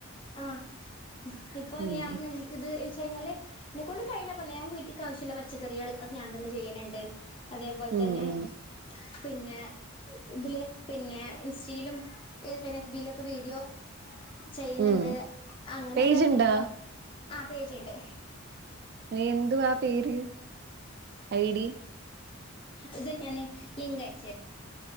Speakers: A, on the left; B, on the right.
A: ആഹ് ഇപ്പൊ
B: ഉം
A: ഞാനെ ഇത് വെച്ച് കഴിഞ്ഞാല് ഇന്നെ കൊണ്ട് കഴിയണ പോല ഞാ വീട്ടക്ക് ആവിശ്യം ഒള്ള പച്ചക്കറികള് അത് ഞാൻ തന്നെ ചെയ്യണണ്ട് അതേപോൽ
B: ഉം
A: തന്നെ
B: ഉം
A: പിന്നെ ഇതില് പിന്നെ ഇൻസ്റ്റീലും പിന്നെ എഫ്ബീലൊക്കെ വീഡിയോ ചെയിന്ണ്ട്
B: ഉം
A: അങ്ങനെള്ള
B: പേജുണ്ടാ
A: കാര്യങ്ങള് ആ പേജ്ണ്ട്
B: എന്തുവാ പേര് ഐ ഡി
A: ഇത് ഞാന് ലിംഗയച്ചെര്